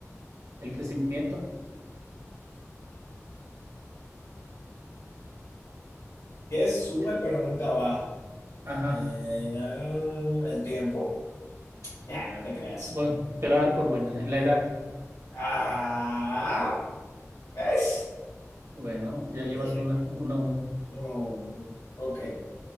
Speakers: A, on the right; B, on the left.
A: el crecimiento.
B: ¿Qué sube
A: Ya-
B: pero nunca baja?
A: Ajá.
B: Eh, el tiempo. Ah, no te creas.
A: Bu- Bueno, te lo voy a dar por buena. eh, La edad.
B: Ah, ¿ves?
A: Bueno, ya
B: El
A: llevas
B: tiempo.
A: una, una, una.
B: No, no, no. Ok.